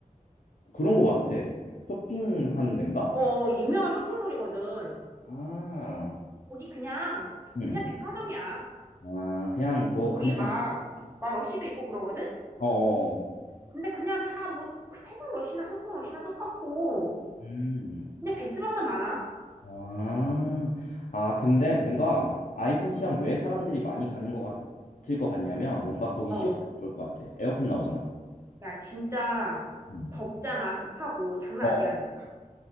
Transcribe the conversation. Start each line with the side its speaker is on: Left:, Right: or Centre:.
Left: 그런 거 같아. 쇼핑하는 데인가?
Right: 어, 유명한 쇼핑몰이거든.
Left: 아,
Right: 거기 그냥,
Left: 음.
Right: 그냥 백화점이야.
Left: 아, 그냥 뭐,
Right: 거기
Left: 그냥,
Right: 막, 막 러쉬도 있고 그러거든?
Left: 어어.
Right: 근데 그냥 다 뭐, 그 태국 러쉬나 한국 러쉬나 똑같고,
Left: 음.
Right: 그냥 베스밤만 많아.
Left: 아, 아, 근데 뭔가 아이콘 시험 왜 사람들이 많이 가는 것 같을 것 같냐면 뭔가 거기
Right: 어,
Left: 시원해서 그럴 것 같아. 에어컨 나오잖아.
Right: 야, 진짜
Left: 음.
Right: 덥잖아. 습하고. 장난
Left: 어,
Right: 아니라니까.